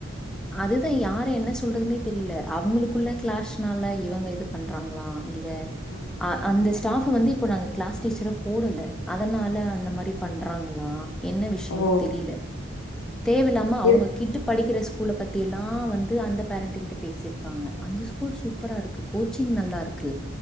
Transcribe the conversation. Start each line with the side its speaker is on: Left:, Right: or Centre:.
Centre: அதுதா யார என்னஸ் சொல்றதுனே தெரியில அவுங்குளுக்குள்ள
Left: ம்,
Centre: கிளாஷ்னால இவங்க இது பண்றாங்ளா? இல்ல
Left: ம்.
Centre: அ அந்த ஸ் டாஃப வந்து இப்போ நாங்க கிளாஸ் டீச்சரா போடல அதனால அந்த மாரி பண்றாங்ளா? என்ன விஷ்யோன்
Left: ஓ!
Centre: தெரில தேவல்லாம அவுங்க
Left: இரு
Centre: டிக்கிற ஸ்கூல பத்தி எல்லா வந்து அந்த பேரண்ட்டு கிட்ட பேசிருக்காங்க. அந்த ஸ்கூல் சூப்பரா இருக்கு கோச்சிங் நல்லாருக்கு.